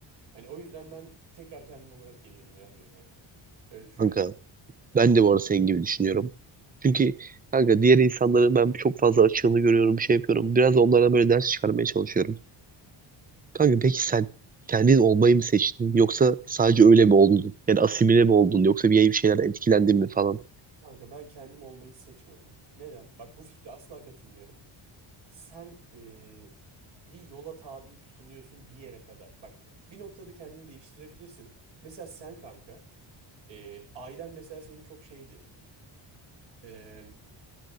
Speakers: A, on the right; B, on the right.
A: Hani o yüzden ben tekrar kendim olarak gelirdim yani dünyaya. Öyle düşünüyorum.
B: Kanka ben de bu arada senin gibi düşünüyorum. Çünkü kanka diğer insanların ben çok fazla açığını görüyorum, şey yapıyorum. Biraz da onlardan böyle ders çıkarmaya çalışıyorum. Kanka peki sen kendin olmayı mı seçtin? Yoksa sadece öyle mi oldun? Yani asimile mi oldun? Yoksa bir bir şeylerden etkilendin mi falan?
A: Kanka ben kendim olmayı seçmedim. Neden? Bak bu fikre asla katılmıyorum. Sen e, bir yola tabi tutuluyorsun bir yere kadar. Bak bir noktada kendini değiştirebilirsin. Mesela sen kanka e, ailen mesela senin çok şeydi. E,